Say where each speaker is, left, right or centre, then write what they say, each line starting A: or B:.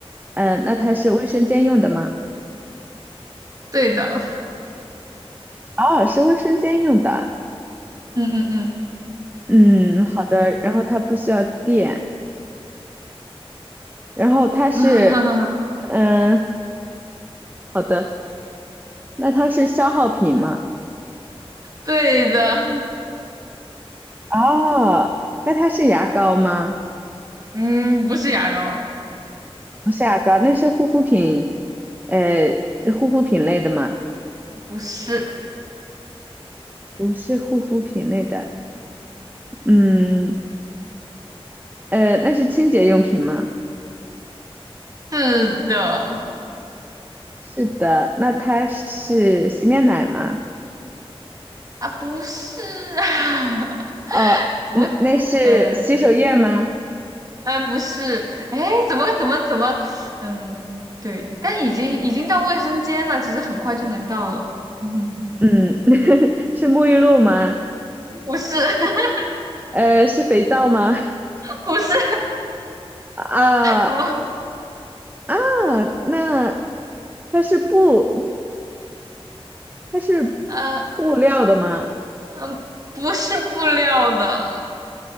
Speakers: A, on the right; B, on the right.
A: 呃，那它是卫生间用的吗？
B: 对的，
A: 哦，是卫生间用的。
B: 嗯嗯嗯，
A: 嗯，好的。然后它不需要电，然后它是，
B: <laughs> 哈哈，
A: 嗯，好的。那它是消耗品吗？
B: 对的，
A: 哦，那它是牙膏吗？
B: 嗯，不是牙膏。
A: 不是牙膏，那是护肤品，呃，护肤品类的吗？
B: 不是，
A: 不是护肤品类的，嗯，呃，那是清洁用品吗？
B: 是的，
A: 是的，那它是洗面奶吗？
B: 啊，不是啊，<laughs>
A: 哦，
B: 怎么，
A: 那那是洗手液吗？
B: 嗯嗯，不是，哎，怎么怎么怎么，嗯，对，但已经已经到卫生间了，其实很快就能到了，嗯，
A: 嗯，<laughs> 是沐浴露吗？
B: 不是 <laughs>
A: 呃，是肥皂吗？
B: 不是，
A: <laughs>
B: 怎么，
A: 啊啊，那它是布，它是
B: 呃
A: 布料的吗？
B: 嗯，不是布料的，